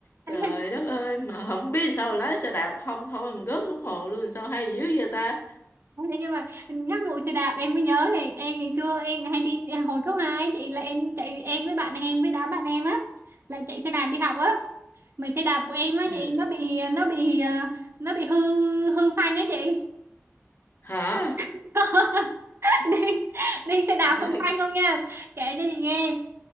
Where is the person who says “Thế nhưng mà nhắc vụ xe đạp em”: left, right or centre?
Right